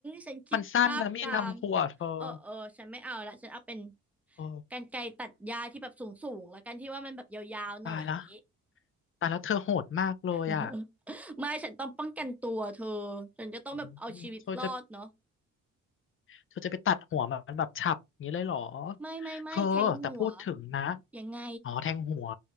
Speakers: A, in the centre; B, on the left.
A: ฉันคิดภาพตาม
B: มันสั้นนะมีดทำครัวเธอ
A: เออเออฉันไม่เอาละฉันเอาเป็น
B: โอ้
A: กรรไกรตัดหญ้าที่แบบสูงสูงแล้วกันที่ว่ามันแบบยาวๆหน่อยอย่างนี้
B: ตายแลวตายแล้วเธอโหดมากเลยอ่ะ
A: <laughs> ไม่ฉันต้องป้องกันตัวเธอฉันจะต้องแบบเอาชีวิตรอดเนาะ
B: อืมเธอจะ เธอจะไปตัดหัวมันแบบฉับอย่างนี้เลยเหรอ
A: ไม่ไม่ไม่แทงหัว
B: เธอแต่พูดถึงนะ
A: ยังไง
B: อ๋อแทงหัว